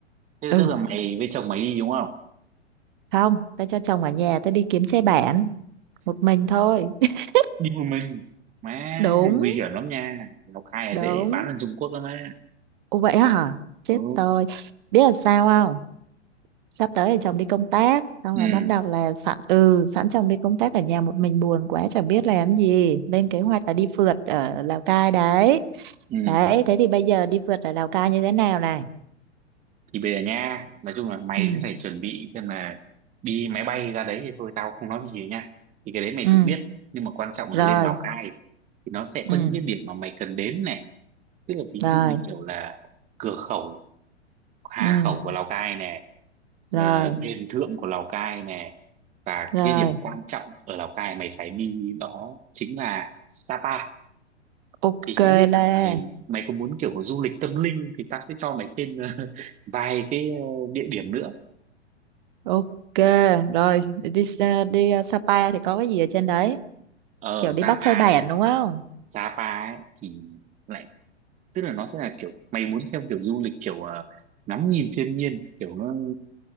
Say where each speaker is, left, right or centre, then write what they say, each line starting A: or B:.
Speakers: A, on the right; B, on the right.
A: thế
B: ừ
A: tức là mày với chồng mày đi đúng không
B: không tao cho chồng ở nhà tao đi kiếm xe bản một mình thôi <laughs>
A: đi một mình má
B: đúng
A: nguy hiểm lắm nha Lào Cai
B: đúng
A: là dễ bán sang Trung Quốc lắm á
B: Ồ vậy á hả? Chết
A: ừ
B: tôi. Biết là sao không? Sắp tới là chồng đi công tác. Xong
A: ừ
B: là bắt đầu là sẵn ừ, sẵn chồng đi công tác ở nhà một mình buồn quá chẳng biết làm gì. Lên kế hoạch là đi phượt ở Lào Cai đấy.
A: ừ
B: Đấy, thế thì bây giờ đi phượt ở Lào Cai như thế nào này?
A: thì bây giờ nha nói chung là mày
B: Ừ,
A: cũng phải chuẩn bị xem là đi máy bay ra đấy thì thôi tao không nói gì nha thì cái đấy mày
B: ừ,
A: tự biết nhưng mà quan trọng là
B: rồi,
A: lên Lào Cai thì nó sẽ có
B: ừ,
A: những cái điểm mà mày cần đến này tức là ví
B: rồi,
A: dụ như kiểu là cửa khẩu Hà
B: ừ,
A: Khẩu của Lào Cai nè
B: rồi,
A: ờ, đền thượng của Lào Cai nè và
B: rồi.
A: cái điểm quan trọng ở Lào Cai mày phải đi đó chính là Sapa
B: Ok
A: thì không biết
B: là,
A: là mày mày có muốn kiểu du lịch tâm linh thì tao sẽ cho mày thêm <laughs> vài cái ờ, địa điểm nữa
B: ok. Rồi, đi, đi, đi uh, Sapa thì có cái gì ở trên đấy?
A: ở
B: Kiểu
A: Sapa
B: đi bắt xe bẻn
A: nha
B: đúng không?
A: Sapa ấy thì lại tức là nó sẽ là kiểu mày muốn theo kiểu du lịch kiểu ờ, ngắm nhìn thiên nhiên kiểu nó